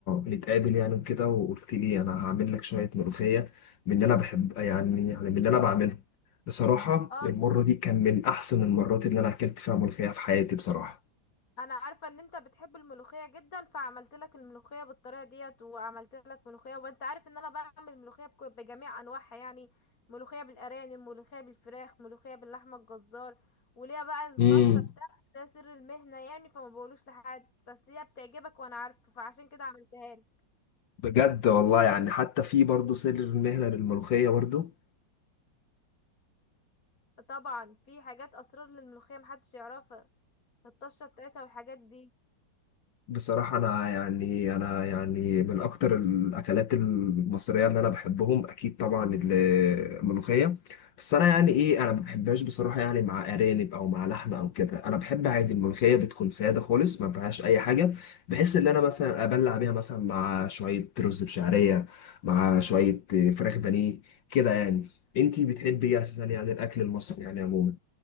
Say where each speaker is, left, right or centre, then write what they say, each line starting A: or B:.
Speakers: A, on the left; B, on the left.
A: نتقابل يعني وكده وقلت لي انا هعمل لك شويه ملوخيه من اللي انا بحب يعني يعني من اللي انا بعمله بصراحه
B: اه
A: المره دي كان من احسن المرات اللي انا اكلت فيها ملوخيه في حياتي بصراحه
B: انا عارفة ان انت بتحب الملوخية جدا فعملت لك الملوخية بالطريقة ديت وعملت لك ملوخية وانت عارف ان انا بعمل ملوخية بك- بجميع انواعها يعني ملوخية بالارانب ملوخية بالفراخ ملوخية باللحمة الجزار وليها بقى الطشة
A: امم
B: بتاعتي ده سر المهنة يعني فما بقولوش لحد بس هي بتعجبك وانا عارفة فعشان كده عملتها لك
A: بجد والله يعني حتى في برضه سر المهنه للملوخيه برضه
B: طبعا في حاجات اسرار للملوخيه محدش يعرفها الطشه بتاعتها والحاجات دي
A: بصراحة أنا يعني أنا يعني من أكتر الأكلات المصرية اللي أنا بحبهم أكيد طبعا ال- الملوخية بس أنا يعني إيه أنا ما بحبهاش بصراحة يعني مع أرانب أو مع لحمة أو كده أنا بحب عادي الملوخية بتكون سادة خالص ما فيهاش أي حاجة بحيث إن أنا مثلا أبلع بيها مثلا مع شوية رز بشعرية مع شوية فراخ بانيه كده يعني أنتي بتحبي إيه أساسا يعني الأكل المصري يعني عموما